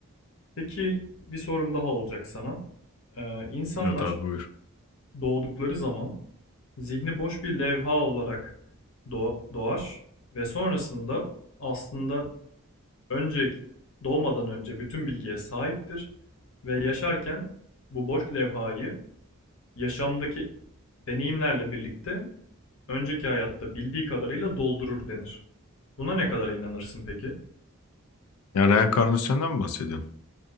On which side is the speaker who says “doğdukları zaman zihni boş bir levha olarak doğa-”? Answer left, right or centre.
Left